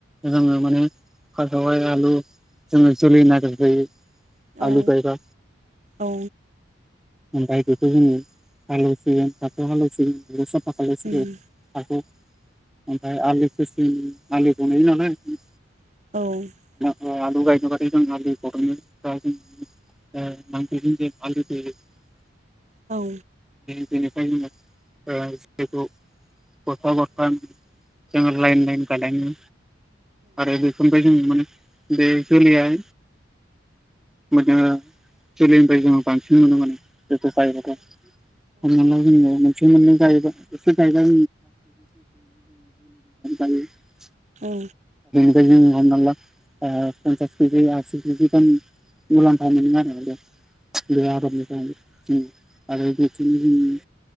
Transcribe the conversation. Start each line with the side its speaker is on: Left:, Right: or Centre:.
Centre: जोङो माने फार्सटआवहाय आलु जोङो जोलै नागिरग्रोयो।
Right: औ
Centre: आलु गायबा
Right: औ।
Centre: ओमफ्राय बेखौ जोङो हालौसिगोन बाथौ हालौसिगोन साफा खालामसिगोन।
Right: उम
Centre: हाखौ ओमफ्राय आलुखौसिम आलुखौनो नेयो नालाय।
Right: औ
Centre: <unintelligible> <unintelligible>
Right: औ
Centre: बेनिखायनो जोङो जेखौ गरफा गरफा जोङो लाइन लाइन गायलाङो आरो बेखौनिफ्राय जोङो मोनो। दैखलियाय मोजा जोलैनिफ्राय जों बांसिन मानोमोन बेखौ गायबोदों हमना ला जोङो मोनसे मोननै गायबा एसे गायबाय। <unintelligible>
Right: औ
Centre: बे जों हमना ला पन्सास केजि आसि केजि गान मुलाम्फा मोनो आरो बे आदबनिफ्रायनो। आरो बिदिनो जों